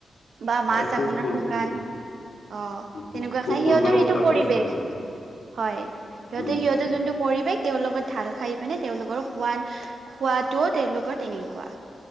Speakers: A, on the right; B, on the left.
A: বা
B: হয়
A: মাছ
B: খুব
A: আপোনাৰ
B: সুন্দৰ
A: শুকান অ',
B: উম,
A: তেনেকুৱা
B: খুব
A: খায়
B: সুন্দৰ
A: সিহঁতৰ
B: কথা
A: এইটো পৰিৱেশ।
B: কৈছে আৰু।
A: হয়, সিহঁতে
B: উম,
A: সিহঁতেৰ যোনটো পৰিৱেশ তেওঁৰ লগত ঢাল খাই পিনে তেওঁলোকৰ খোৱ খোৱাতটোও তেওঁলোকৰ তেনেকুৱা।